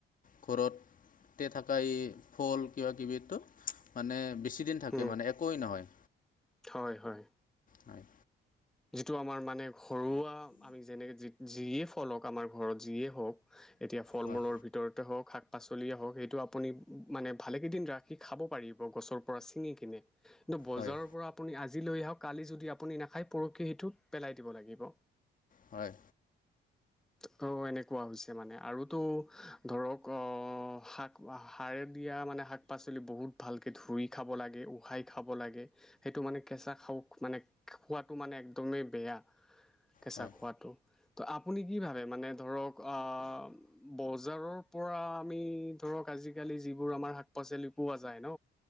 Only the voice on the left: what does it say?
ঘৰত তে থকা এই ফল কিবা কিবিটো মানে বেছি দিন থাকে
মানে একেই নহয়।
হয়
হয়
হয়
হয়।
হয়